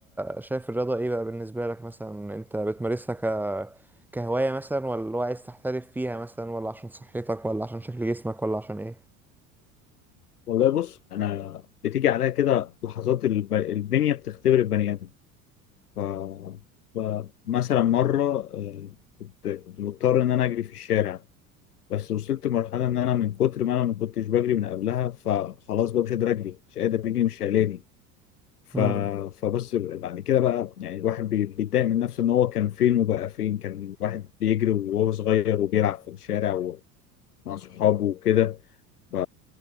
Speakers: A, in the centre; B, on the left.
A: شايف الرياضه ايه بقى بالنسبه لك مثلا انت بتمارسها ك كهوايه مثلا ولا اللي هو عايز تحترف فيها مثلا ولا عشان صحتك ولا عشان شكل جسمك ولا عشان ايه
B: والله بص انا بتيجي عليا كده لحظات الب... الدنيا بتختبر البني ادم ف... ف- مثلا مره آه، كنت كنت مضطر ان انا اجري في الشارع بس وصلت لمرحله ان انا من كتر ما انا ما كنتش بجري من قبلها فخلاص بقى مش قادر اجري مش قادر اجري مش شايلاني ف...
A: امم
B: فبص بعد كده بقى يعني الواحد بي- بيتضايق من نفسه ان هو كان فين وبقى فين كان واحد بيجري وهو صغير وبيلعب في الشارع ومع صحابه وكده ف...